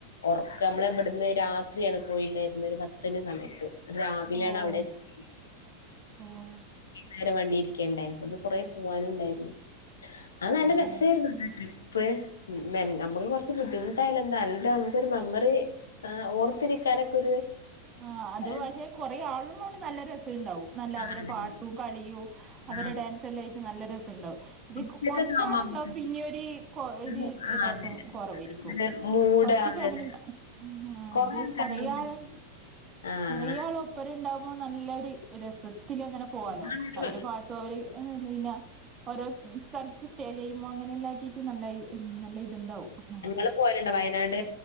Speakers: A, on the left; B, on the right.
A: ഒറക്ക മ്മള് ഇബിടുന്ന് രാത്രിയാണ് പോയിണ്ടായിരുന്ന്. ഒരു പത്തണി സമയത്ത് രാവിലെയാണ്
B: ഓഹ്
A: അവിടെ <unintelligible>
B: ഓഹ്
A: നേരം വണ്ടിയിരിക്കണ്ടേ അത് കൊറേ പൂവാനുണ്ടായിരുന്നു അത് നല്ല
B: അതെ.
A: രസായിരുന്നുട്ടോ ട്രിപ്പ്. മെൻ നമുക്ക് കൊറ ച്ച് ബുദ്ധിമുട്ടായാലെന്താ? <unintelligible> നമുക്കൊരു മെമ്മറി. ആഹ് ഓർത്തിരിക്കാനൊക്കെ ഒരു
B: ആഹ് അത്
A: ആ
B: പക്ഷേ കൊറെ ആള് ഉള്ളോണ്ട് നല്ല രസണ്ടാവും. നല്ല അവര
A: അതെ.
B: പാട്ടും കളിയു അവരടെ
A: ആ.
B: ഡാൻസ് എല്ലാം ആയിട്ട് നല്ല രസണ്ടാവും. ഇത്
A: ഒറ്റക്കൊക്കെ
B: കൊ കൊറച്ചാള്ണ്ടാവും
A: ആവുമ്പോ നമുക്ക്
B: പിന്നിം ഒരി കൊ
A: പിന്നെ
B: ഒരി
A: ആ
B: ഡ്രസം
A: അതെ.
B: കൊറവേരിക്കും.
A: ഒരു മൂഡ്
B: കൊറച്ച്
A: അതെ
B: ഫാമിലി
A: അതെ.
B: മാ ഉം ആഹ്
A: കൊറേ
B: ഇത്
A: ആൾക്കാരെ
B: കൊറേയാൾ
A: നമുക്ക് ഇഷ്ടമാണ്. ആ
B: കൊറേയാൾ
A: ആ
B: ഒപ്പരണ്ടാവുമ്പോ നല്ല ഒര് രസത്തിലങ്ങനെ പോവാലോ.
A: നിങ്ങള്
B: അവര് പാട്ടും അവര് ഏഹ് <unintelligible> കഴിഞ്ഞാ ഓരോ സ് സ്ഥലത്ത് സ്റ്റേ ചെയ്യുമ്പോ അങ്ങനെല്ലാക്കിയിറ്റ് നല്ലായി. ഉം നല്ല ഇതുണ്ടാവും ഉം
A: നിങ്ങള് പോയലുണ്ടോ? വയനാട്